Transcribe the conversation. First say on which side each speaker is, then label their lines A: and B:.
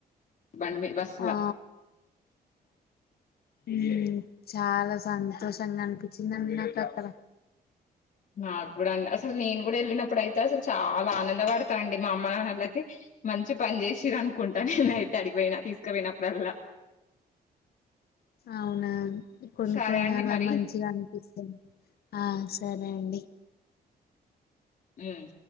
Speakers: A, on the left; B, on the left.
A: బండి మీ బస్సుల
B: ఆ హ్మ్ చాలా సంతోషంగా అనిపించిందండి నాకక్కడ
A: నాకు కూడా అండి అసలు నేను కూడాడ ఎల్ నా ఇప్పుడైతే అసలు చాలా ఆనంద పడతా అండి మా అమ్మ నాన్నల అయితే మంచి పని చేసిర అనుకుంటా నేనయితే అడిగిపోయినా తీసుకుపోయినప్పుడల్లా
B: అవునా ఈ కొన్ని
A: సరే
B: కొన్ని
A: అండి
B: అలా
A: మరి
B: మంచిగా అనిపిస్తది ఆ సరే అండి
A: హ్మ్